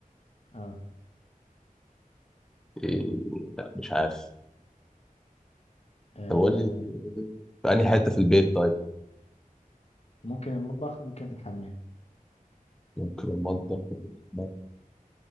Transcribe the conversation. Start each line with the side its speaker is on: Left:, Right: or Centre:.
Left: اه,
Centre: إيه لا مش عارف
Left: آه.
Centre: طب قول لي في أنهي حتة في البيت طيب
Left: ممكن المطبخ ممكن الحمام
Centre: ممكن المطبخ ممكن الحمام.